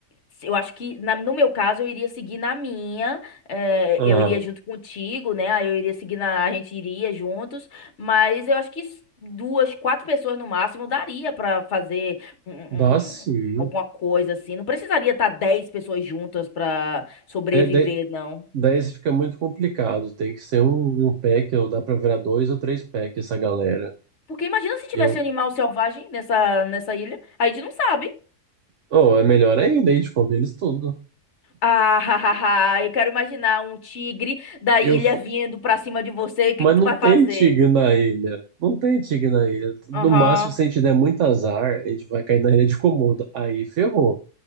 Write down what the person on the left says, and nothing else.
se- Eu acho que, na- no meu caso, eu iria seguir na minha, eh,
eu iria junto contigo, né? Aí eu iria seguir na, a gente iria juntos, mas eu acho que s- duas, quatro pessoas no máximo daria pra fazer um- um-
um- alguma coisa assim. Não precisaria estar dez pessoas juntas pra sobreviver,
não.
Porque imagina se tivesse
animal selvagem nessa, nessa ilha, a gente não sabe.
Ah, <laughs> eu quero imaginar um tigre da
ilha
vindo pra cima de você, o que
que tu
vai
fazer?
Aham.